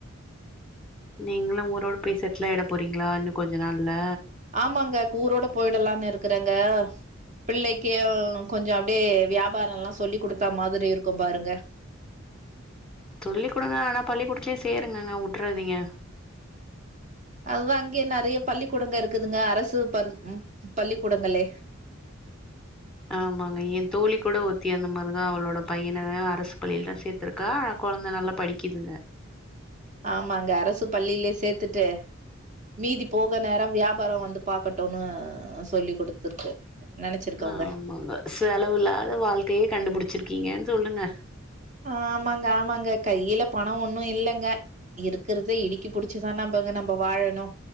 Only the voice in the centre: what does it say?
நீங்களு ஊரோட போய் செட்லாய்ட போறீங்களா இன்னு கொஞ்ச நாள்ல
சொல்லி்க் குடுங்க ஆனா பள்ளிக்கூடத்துலயு சேருங்கங்க வுட்றாதீங்க
ஆமாங்க எ தோழி கூட ஒருத்தி அந்த மாரிதா அவளோட பையன அரசு பள்ளில தா சேத் த்துருக்கா கொழந்த நல்லா படிக்குதுங்க
ஆமாங்க செலவில்லாத வாழ்க்கையே கண்டுபிடிச்சிருக்கீங்கன் சொல்லுங்க